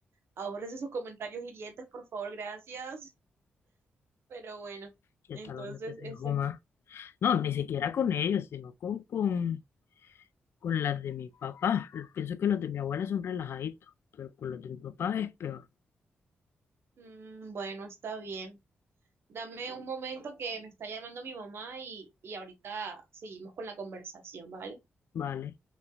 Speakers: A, on the right; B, on the left.
A: ahórrese sus comentarios hirientes, por favor, gracias. Pero bueno,
B: que
A: entonces
B: hasta donde te dejo
A: ese...
B: más. No, ni siquiera con ellos, sino con, con, con las de mi papá. Pienso que los de mi abuela son relajaditos, pero con los de mi papá es peor.
A: Mm, Bueno, está bien. Dame un momento que me está llamando mi mamá y, y ahorita seguimos con la conversación, ¿vale?
B: Vale.